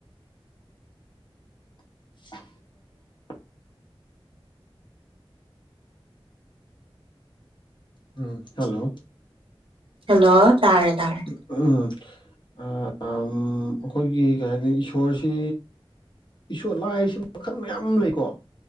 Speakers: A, on the left; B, on the right.
A: <inaudible> ꯎꯝ ꯍꯜꯂꯣ
B: ꯍꯜꯂꯣ ꯇꯥꯔꯦ ꯇꯥꯔꯦ
A: ꯎꯝ ꯑꯥ ꯑꯩꯈꯣꯏꯒꯤ ꯀꯩ ꯍꯥꯏꯅꯤ ꯏꯁꯣꯔꯁꯤ ꯏꯁꯣꯔ ꯂꯥꯏꯁꯤ ꯃꯈꯜ ꯃꯌꯥꯝ ꯑꯃ ꯂꯩꯀꯣ